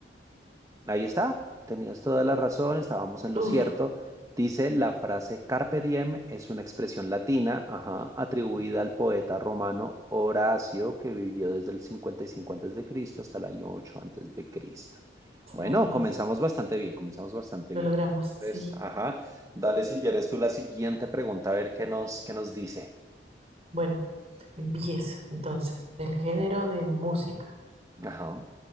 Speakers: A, on the right; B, on the right.
A: Ahí está, tenías toda la razón, estábamos en lo
B: Uf,
A: cierto. Dice la frase carpe diem es una expresión latina, ajá, atribuida al poeta romano Horacio, que vivió desde el 55 antes de Cristo hasta el año 8 antes de Cristo.
B: hace
A: Bueno,
B: años.
A: comenzamos bastante bien, comenzamos bastante
B: Lo
A: bien.
B: logramos, sí.
A: Entonces, ajá, dale si quieres tú la siguiente pregunta a ver qué nos qué nos dice.
B: Bueno, empiezo entonces. Del género de música.
A: Ajá.